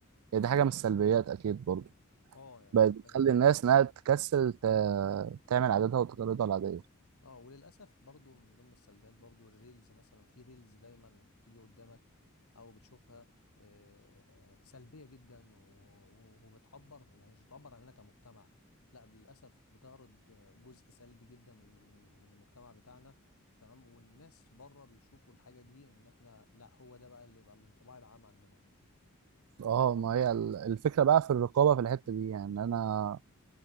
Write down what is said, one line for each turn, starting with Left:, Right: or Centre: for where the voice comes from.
Right: دي حاجة من السلبيات أكيد برضو
Left: اه يعني
Right: بقت بتخلي
Left: حاجه
Right: الناس إنها تكسل ت... تعمل عاداتها وتقاليدها العادية
Left: اه وللاسف برضو من ضمن السلبيات برضو الريلز مثلا في ريلز دايما بتيجي قدامك او بتشوفها آه، سلبيه جدا و- و- وبتعبر يعني مش بتعبر عننا كمجتمع لا للاسف بتعرض جزء سلبي جدا من من المجتمع بتاعنا تمام والناس بره بيشوفوا الحاجه دي ان احنا لا هو ده بقى اللي يبقى الانطباع العام عننا
Right: اه ما هي ال- الفكرة بقى في الرقابة في الحتة دي يعني أنا